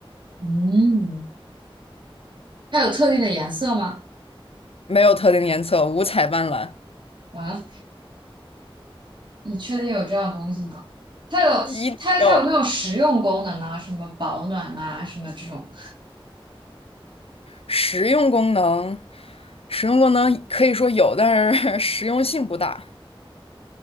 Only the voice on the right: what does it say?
嗯，它有特定的颜色吗？
完了，你确定有这样东西吗？它有它它有没有实用功能啊？
什么保暖啊，什么这种，